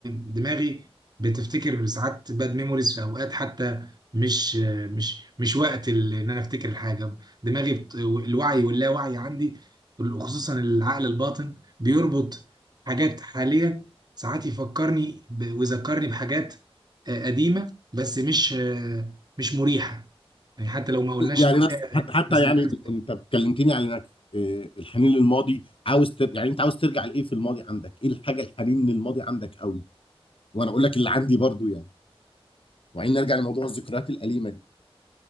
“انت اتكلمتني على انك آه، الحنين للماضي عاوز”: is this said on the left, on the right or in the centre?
Left